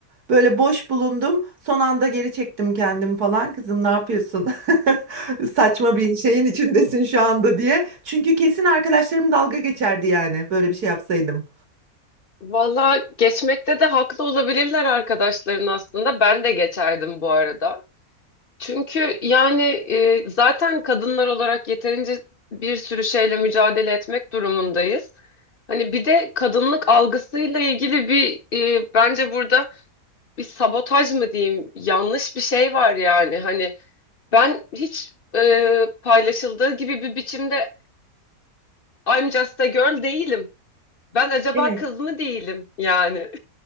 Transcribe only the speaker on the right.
Böyle boş bulundum. Son anda geri çektim kendimi falan. Kızım ne yapıyorsun? <laughs> Saçma bir şeyin içindesin şu anda diye. Çünkü kesin arkadaşlarım dalga geçerdi yani böyle bir şey yapsaydım.
Evet.